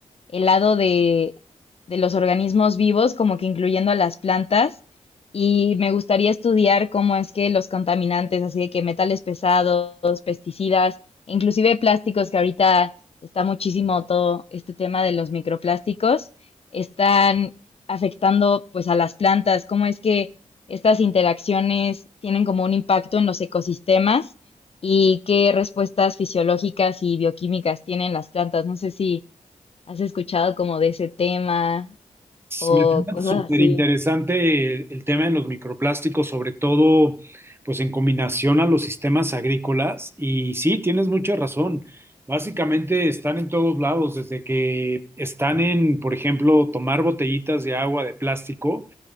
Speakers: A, on the left; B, on the right.
A: el lado de, de los organismos vivos, como que incluyendo a las plantas, y me gustaría estudiar cómo es que los contaminantes, así de que metales pesados, pesticidas, inclusive plásticos, que ahorita está muchísimo todo este tema de los microplásticos, están afectando pues a las plantas, cómo es que estas interacciones tienen como un impacto en los ecosistemas y qué respuestas fisiológicas y bioquímicas tienen las plantas. No sé si ¿Has escuchado como de ese tema o
B: Me suena
A: cosas
B: súper
A: así?
B: interesante el, el tema de los microplásticos, sobre todo pues en combinación a los sistemas agrícolas. Y sí, tienes mucha razón. Básicamente están en todos lados, desde que están en, por ejemplo, tomar botellitas de agua de plástico.